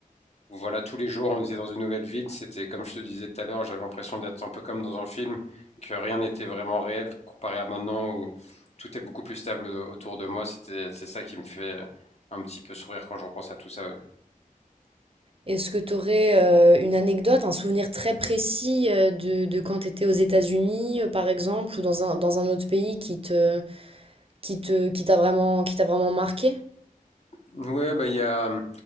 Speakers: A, on the left (about 45°); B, on the right (about 40°).
A: voilà, tous les jours, on était dans une nouvelle ville. C'était, comme je te disais tout à l'heure, j'avais l'impression d'être un peu comme dans un film, que rien n'était vraiment réel comparé à maintenant où tout est beaucoup plus stable autour de moi. C'était, c'est ça qui me fait un petit peu sourire quand je repense à tout ça. Ouais,
B: Est-ce que tu aurais une anecdote, un souvenir très précis euh, de, de quand tu étais aux États-Unis, euh, par exemple, ou dans un, dans un autre pays qui te, qui te, qui t'a vraiment, qui t'a vraiment marqué?
A: Ouais, bah, il y a hum,